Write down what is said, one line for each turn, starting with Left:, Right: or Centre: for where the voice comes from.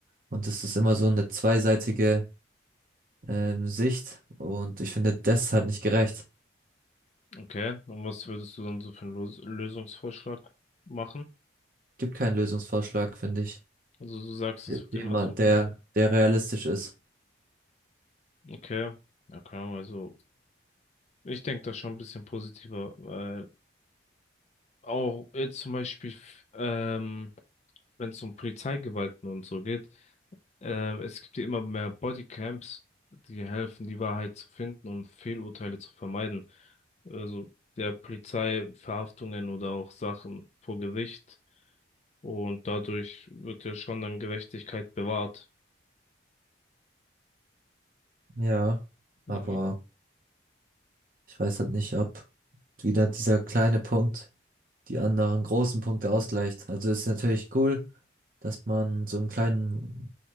Right: Und das ist immer so eine zweiseitige ähm, Sicht und ich finde, das ist halt nicht gerecht.
Left: okay. Und was würdest du dann so für einen Los Lösungsvorschlag machen?
Right: Gibt keinen Lösungsvorschlag, finde ich,
Left: Also du sagst,
Right: dem
Left: es wird immer
Right: man-
Left: so umgehen.
Right: der, der realistisch ist.
Left: Okay. Ja, keine Ahnung, also ich denke da schon ein bisschen positiver, weil auch jetzt zum Beispiel, f- ähm, wenn es um Polizeigewalten und so geht, ähm, es gibt ja immer mehr Bodycams, die helfen, die Wahrheit zu finden und Fehlurteile zu vermeiden. Also der Polizei Verhaftungen oder auch Sachen vor Gericht. Und dadurch wird ja schon dann Gerechtigkeit bewahrt.
Right: Ja,
Left: Mhm.
Right: aber ich weiß halt nicht, ob wieder dieser kleine Punkt die anderen großen Punkte ausgleicht. Also ist natürlich cool, dass man so einen kleinen,